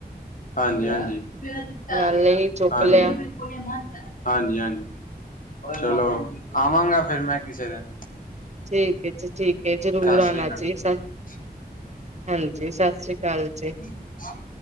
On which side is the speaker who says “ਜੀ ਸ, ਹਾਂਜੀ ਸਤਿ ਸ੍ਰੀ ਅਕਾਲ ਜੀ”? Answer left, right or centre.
Right